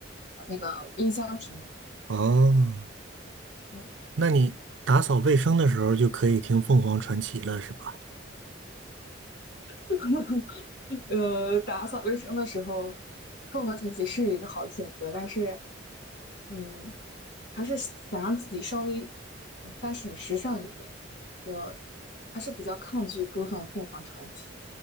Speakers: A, on the left; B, on the right.
A: 呃那个音箱听着
B: 哦，
A: 嗯，
B: 那你打扫卫生的时候就可以听凤凰传奇了，是吧？
A: <laughs> 呃，打扫卫生的时候，凤凰传奇是一个好选择，但是，嗯，还是想让自己稍微嗯 fashion 时尚一点，就还是比较抗拒播放凤凰传奇。